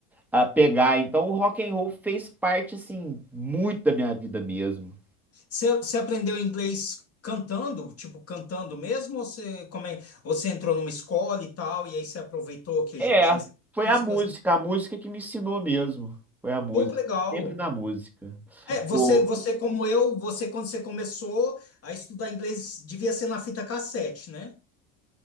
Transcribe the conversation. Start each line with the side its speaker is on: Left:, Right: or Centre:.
Centre: a pegar. Então o rock and roll fez parte, assim, muito da minha vida mesmo.
Left: Você, você aprendeu inglês cantando, tipo, cantando mesmo, ou você, como é, ou você entrou numa escola e tal, e aí você aproveitou que
Centre: É,
Left: já tinha essas
Centre: foi
Left: músicas?
Centre: a música, a música que me ensinou mesmo. Foi a música,
Left: Pô, que legal.
Centre: sempre na música.
Left: É, você,
Centre: O
Left: você como eu, você quando você começou a estudar inglês, devia ser na fita cassete, né?